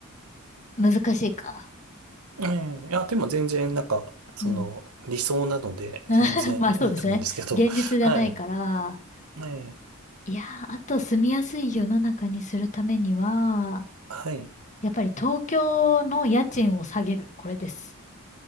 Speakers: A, on the left (about 35°); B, on the right (about 80°).
A: 難しいか。
B: ええ、いや、でも全然、なんか、その、
A: うん。
B: 理想なので、
A: <laughs>
B: 全然いいと思うんですけど。
A: まあそうですね。現実じゃないから、
B: <laughs> はい。ええ、
A: いやー、あと住みやすい世の中にするためには、
B: はい。
A: やっぱり東京の家賃を下げる。これです。